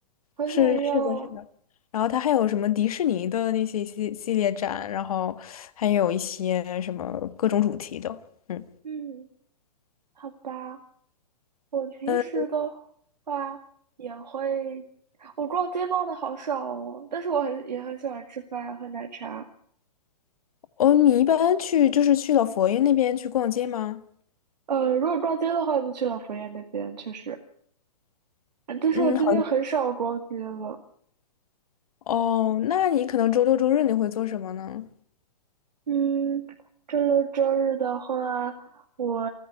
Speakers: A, on the right; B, on the left.
A: 好想要啊
B: 是是的，是的。然后它还有什么迪士尼的那些系系列展，然后还有一些什么各种主题的。嗯，
A: 嗯，好吧，我平时的
B: 呃，
A: 话也会，我逛街逛的好少哦，但是我很也很喜欢吃饭喝奶茶。
B: 哦，你一般去就是去老佛爷那边去逛街吗？
A: 呃，如果逛街的话，就去老佛爷那边，确实。呃但是我最近很少逛街了。
B: 嗯，好。哦，那你可能周六周日你会做什么呢？
A: 嗯，周六周日的话，我